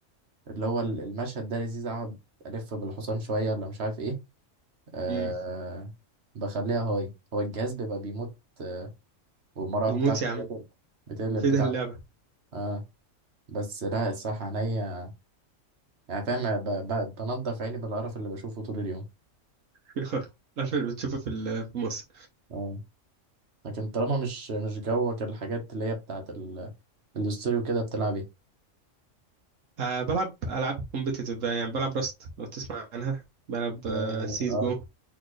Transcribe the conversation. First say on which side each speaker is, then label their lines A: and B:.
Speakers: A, on the right; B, on the right.
A: اللي هو ال- المشهد ده لذيذ اقعد الف بالحصان شويه ولا مش عارف ايه أه
B: مم.
A: بخليها هاي هو الجهاز بيبقى بيموت آه، والمراوح
B: يموت
A: بتاعته
B: يا عم
A: بتقلب بتقلب
B: في
A: بتاعته
B: ده اللعبة
A: اه بس لا الصح عينيا يعني فاهم ب- ب- بنضف عيني بالقرف اللي بشوفه طول اليوم
B: <laughs> عارف اللي بتشوفه في ال- في مصر
A: اه لكن طالما مش مش جوك الحاجات اللي هي بتاعت ال- الاستوري وكده بتلعب ايه
B: آه بلعب ألعاب كومبيتيتيف بقى يعني بلعب راست لو تسمع عنها بلعب
A: اه
B: آه سيس
A: اه
B: جو